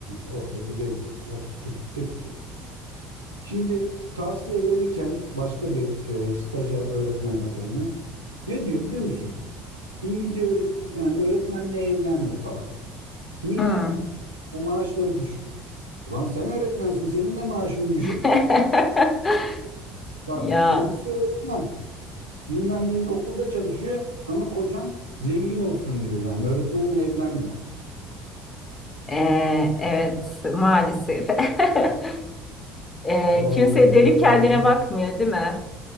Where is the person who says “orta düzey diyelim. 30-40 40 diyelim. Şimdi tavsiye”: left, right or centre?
Right